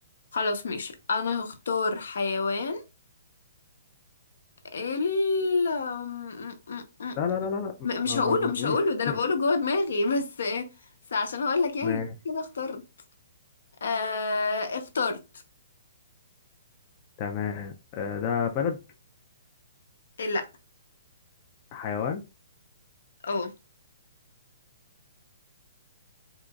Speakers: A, on the left; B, on the left.
A: خلاص ماشي أنا هختار حيوان ال م- م- م-
B: لا لا لا لا لا
A: م- مش
B: ما
A: هقوله
B: ما, ما
A: مش
B: تقوليش
A: هقوله
B: افترق
A: ده أنا بقوله جوه دماغي <laughs> بس آه، بس عشان أقول لك يعني
B: ماشي
A: كده اخترت آه اخترت
B: تمام آه، ده بلد
A: إيه، لأ
B: حيوان
A: اه